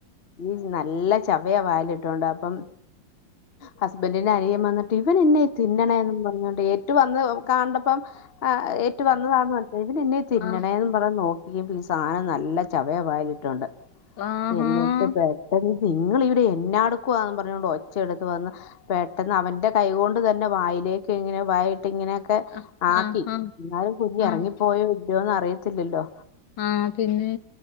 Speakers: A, on the left (about 35°); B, on the left (about 80°).
A: ഉം നല്ല ചവയാ വായിലിട്ടോണ്ട് അപ്പം ഹസ്ബൻഡിന്റ അനിയൻ വന്നിട്ട് ഇവൻ എന്നാ ഈ തിന്നണെന്നും പറഞ്ഞോണ്ട് ഏറ്റു വന്ന് കാണ്ടപ്പം ആ ഏറ്റു വന്നതാന്ന് മൻസിലായി ഇവനെന്നാ ഈ തിന്നണേന്നും
B: ആ
A: പറഞ്ഞ് നോക് <unintelligible> പീസ അങ്ങനെ നല്ല ചവയ വായിലിട്ടോണ്ട്
B: ആഹാ
A: എന്നിട്ട് പെട്ടെന്ന് നിങ്ങൾ ഇവിടെ എന്നാ എടുക്കുവാ ന്നും പറഞ്ഞോണ്ട് ഒച്ച എടുത്ത് വന്ന് പെട്ടെന്ന് അവന്റെ കൈ കൊണ്ട് തന്നെ വായിലേക്ക് ഇങ്ങനെ വായി ട്ട് ഇങ്ങനെയൊക്കെ
B: ആഹ്
A: ആക്കി
B: ആഹ് ആഹ്
A: എന്നാലും കുഞ്ഞി
B: ആഹ്
A: എറങ്ങിപ്പോയോ ഇല്ലയോ അറി അറിയത്തില്ലല്ലോ
B: ആഹ് പിന്നെ